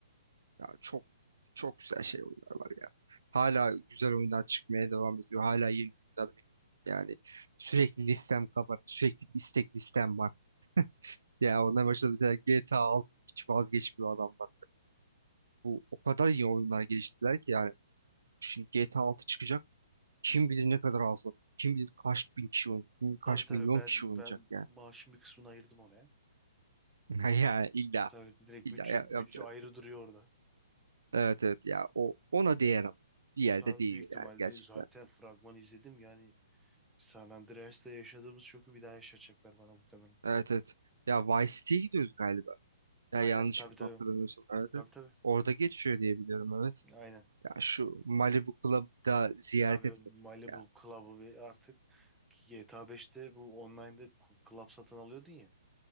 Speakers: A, on the right; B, in the centre.
A: Ya çok çok güzel şey oyunlar var ya. Hala güzel oyunlar çıkmaya devam ediyor. Hala yeni oyunlar bekliyorum. Yani sürekli listem kabarık. Sürekli bir istek listem var. Ya ondan başında mesela GTA 6 hiç vazgeçmiyor adamlar. Bu o kadar iyi oyunlar geliştirdiler ki yani şimdi GTA 6 çıkacak. Kim bilir ne kadar az Kim bilir kaç bin kişi oynayacak. Kim bilir kaç
B: Tabii tabii
A: milyon
B: ben
A: kişi oynayacak
B: ben
A: yani.
B: maaşın bir kısmını ayırdım oraya.
A: Hı <laughs> hı. Yani illa
B: Tabii direkt
A: illa
B: bütçe
A: ya- yapacak.
B: bütçe
A: bir şey
B: ayrı
A: yok.
B: duruyor orada.
A: Evet evet ya o ona değer ama bir yerde
B: Tabii
A: değiyor
B: büyük ihtimalle
A: yani gerçekten.
B: zaten fragmanı izledim. Yani San Andreas'ta yaşadığımız şoku bir daha yaşatacaklar bana muhtemelen.
A: Evet evet. Ya Vice City'ye gidiyoruz galiba. Ya
B: Aynen
A: yanlış
B: tabii
A: bir
B: tabii.
A: hatırlamıyorsam. Evet
B: Tabii
A: evet.
B: tabii.
A: Orada geçiyor diye biliyorum evet.
B: Aynen.
A: Ya şu Malibu Club'ı da ziyaret
B: Tabii
A: etmek.
B: Malibu
A: Ya.
B: Club'ı bir artık GTA 5'te bu online'da ku- club satın alıyordun ya.